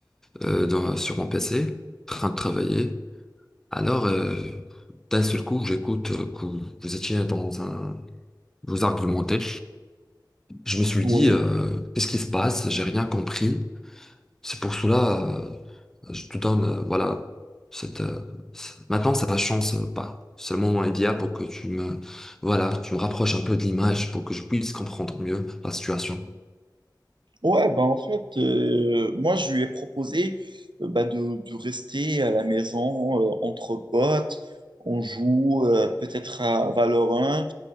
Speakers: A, in the centre; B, on the right (about 80°).
A: euh, dans- sur mon PC, en train de travailler. Alors, euh, d'un seul coup, j'écoute euh, que vous étiez dans un... Vous argumentez. Je me suis
B: Oui.
A: dit, euh, qu'est-ce qui se passe? J'ai rien compris. C'est pour cela, euh, je te donne, euh, voilà, cette... euh, c- Maintenant, c'est la chance, euh, pas. C'est le moment idéal pour que tu me... Voilà, tu me rapproches un peu de l'image pour que je puisse comprendre mieux la situation.
B: Ouais, bah en fait, euh, moi, je lui ai proposé euh, bah, de, de rester à la maison euh, entre potes. On joue euh, peut-être à Valorant.